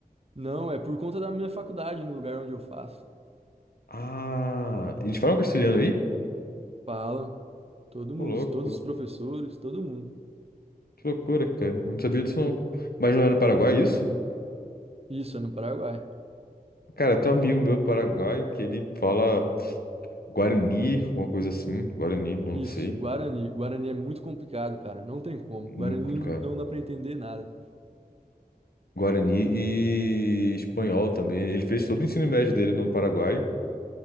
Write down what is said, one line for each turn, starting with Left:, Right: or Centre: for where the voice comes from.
Right: Não, é por conta da minha faculdade, no lugar onde eu faço.
Left: Ah, eles falam castelhano aí?
Right: Falam. Todo
Left: Ô,
Right: mundo,
Left: louco.
Right: todos os professores, todo mundo.
Left: Que loucura, cara. Não sabia disso, não. Mas não é no Paraguai é isso?
Right: Isso, é no Paraguai.
Left: Cara, tem um amigo meu paraguaio que ele fala Guarani, alguma coisa assim. Guarani, não
Right: Isso,
Left: sei.
Right: Guarani. Guarani é muito complicado, cara. Não tem como.
Left: Muito
Right: Guarani
Left: complicado.
Right: não dá pra entender nada.
Left: Guarani e espanhol também. Ele fez todo o ensino médio dele no Paraguai.